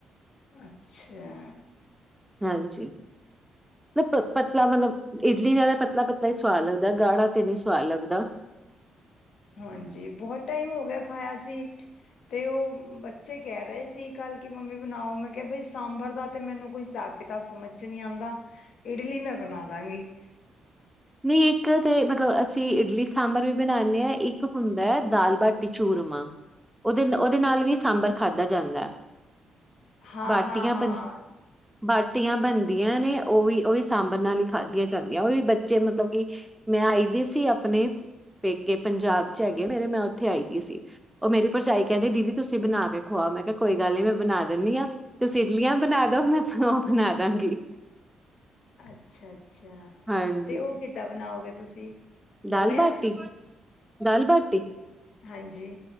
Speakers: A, on the left (about 65°); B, in the centre.
A: ਅੱਛਾ
B: ਹਾਂਜੀ ਪਤਲਾ ਮਤਲਬ ਇਡਲੀ ਜਿਆਦਾ ਪਤਲਾ-ਪਤਲਾ ਹੀ ਸਵਾਦ ਲੱਗਦਾ ਗਾੜਾ ਤੇ ਨੀ ਸਵਾਦ ਲੱਗਦਾ
A: ਹਾਂਜੀ ਬਹੁਤ ਟਾਈਮ ਹੋ ਗਿਆ ਖਾਇਆ ਸੀ ਤੇ ਉਹ ਬੱਚੇ ਕਹਿ ਰਹੇ ਸੀ ਕੱਲ ਕਿ ਮੰਮੀ ਬਣਾਓ ਮੈਂ ਕਿਹਾ ਬਈ ਸਾਂਬਰ ਦਾ ਤੇ ਮੈਨੂੰ ਕੋਈ ਹਿਸਾਬ ਕਿਤਾਬ ਸਮਝ ਚ ਨਹੀਂ ਆਉਂਦਾ ਇਡਲੀ ਮੈਂ ਬਣਾ ਦਾਂਗੀ
B: ਨਹੀਂ ਇੱਕ ਤਾਂ ਮਤਲਬ ਅਸੀਂ ਇਡਲੀ ਸਾਂਬਰ ਵੀ ਬਣਾਉਂਦੇ ਹਾਂ ਇੱਕ ਹੁੰਦਾ ਹੈ ਦਾਲ ਬਾਟੀ ਚੂਰਮਾ ਉਹਦੇ ਉਹਦੇ ਨਾਲ ਵੀ ਸਾਂਬਰ ਖਾਧਾ ਜਾਂਦਾ ਹੈ
A: ਹਾਂ
B: ਬਾਟੀਆਂ
A: ਹਾਂ-ਹਾਂ
B: ਬਣ ਬਾਟੀਆਂ ਬਣਦੀਆਂ ਨੇ ਉਹ ਵੀ ਉਹ ਵੀ ਸਾਂਬਰ ਨਾਲ ਹੀ ਖਾਧਆਂ ਜਾਂਦੀਆਂ ਉਹ ਵੀ ਮਤਲਬ ਕਿ ਮੈਂ ਆਈ ਦੀ ਸੀ ਆਪਣੇ ਪੇਕੇ ਪੰਜਾਬ ਚ ਹੈਗੇ ਮੇਰੇ ਮੈਂ ਉੱਥੇ ਆਈ ਦੀ ਸੀ ਉਹ ਮੇਰੀ ਭਰਜਾਈ ਕਹਿੰਦੀ ਦੀਦੀ ਤੁਸੀਂ ਬਣਾ ਕੇ ਖਵਾਓ ਮੈਂ ਕਿਹਾ ਕੋਈ ਗੱਲ ਨੀ ਮੈਂ ਬਣਾ ਦਿੰਦੀ ਹਾਂ ਤੁਸੀਂ ਇਡਲੀਆਂ ਬਣਾ ਦੋ ਮੈਂ ਉਹ ਬਣਾ ਦਵਾਂਗੀ
A: ਅੱਛਾ-ਅੱਛਾ
B: ਹਾਂਜੀ
A: ਤੇ ਉਹ ਖਰੀਦਾ ਬਣਾਓਗੇ ਤੁਸੀਂ
B: ਦਾਲ
A: ਗੋਇਆਂ
B: ਬਾਟੀ
A: ਚ
B: ਦਾਲ ਬਾਟੀ
A: ਹਾਂਜੀ